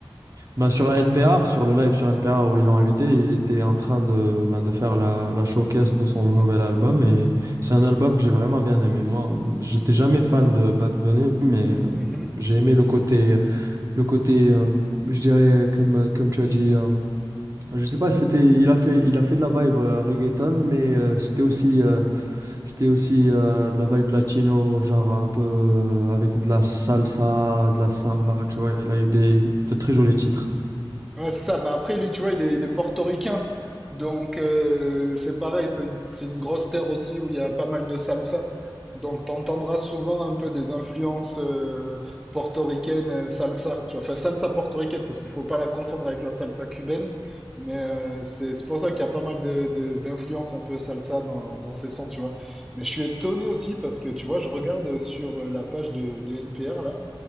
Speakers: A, on the right; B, in the centre.
A: ben, sur NPR, sur le live sur NPR où ils l'ont invité, il était en train de, ben, de faire la, la showcase de son nouvel album. Et c'est un album que j'ai vraiment bien aimé. Moi, j'étais jamais fan de Bad Bunny, mais euh,
B: mhm.
A: j'ai aimé le côté, le côté euh, je dirais, comme, euh, comme tu as dit, euh, je sais pas, si c'était, il a fait, il a fait de la vibe euh, reggaeton, mais euh, c'était aussi, euh, c'était aussi euh, de la vibe latino, genre un peu euh, avec de la salsa, de la samba, tu vois. Il a eu des, de très jolis titres.
B: Ouais, c'est ça. Bah après, lui, tu vois, il est, il est portoricain. Donc, euh, c'est pareil. C'est une, c'est une grosse terre aussi où il y a pas mal de salsa. Donc, t'entendras souvent un peu des influences euh, portoricaines, euh, salsa. Tu vois, enfin, salsa portoricaine, parce qu'il faut pas la confondre avec la salsa cubaine. Mais euh, c'est c'est pour ça qu'il y a pas mal de, de- d'influences un peu salsa dans, dans ces sons, tu vois. Mais je suis étonné aussi parce que, tu vois, je regarde sur euh, la page de, de NPR, là,